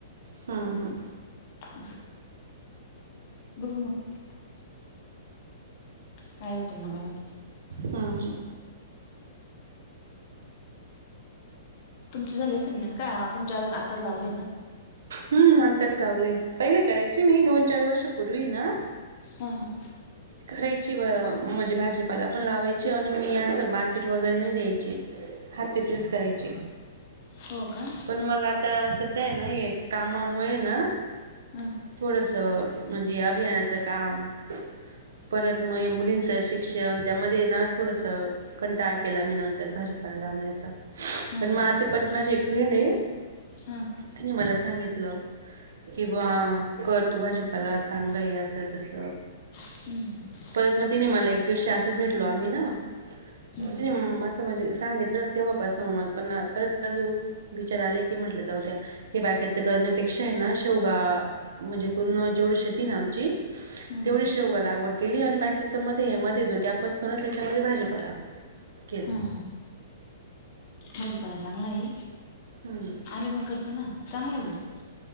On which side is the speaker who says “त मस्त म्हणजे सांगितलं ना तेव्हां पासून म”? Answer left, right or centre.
Right